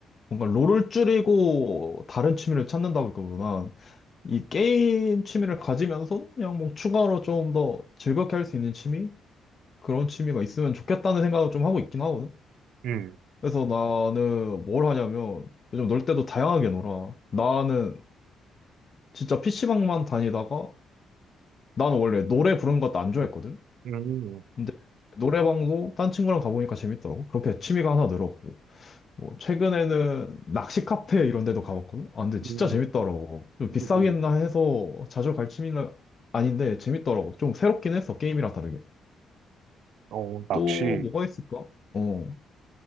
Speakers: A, on the left; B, on the right.
A: 뭔가 롤을 줄이고 다른 취미를 찾는다고 했거든. 이 게임 취미를 가지면서 그냥 뭐 추가로 좀 더 즐겁게 할 수 있는 취미? 그런 취미가 있으면 좋겠다는 생각을 좀 하고 있긴 하거든.
B: 응,
A: 그래서 나는 뭘 하냐면 요즘 놀 때도 다양하게 놀아. 나는 진짜 PC방만 다니다가 나는 원래 노래 부르는 것도 안 좋아했거든.
B: 음,
A: 근데 노래방도 딴 친구랑 가보니까 재밌더라고. 그렇게 취미가 하나 늘었고. 뭐 최근에는 낚시 카페 이런 데도 가봤거든? 아, 근데 진짜
B: 음,
A: 재밌더라고. 좀 비싸겠나
B: 음.
A: 해서 자주 갈 취미는 아닌데 재밌더라고. 좀 새롭긴 했어, 게임이랑 다르게.
B: 어, 낚시.
A: 또 뭐가 있을까? 어,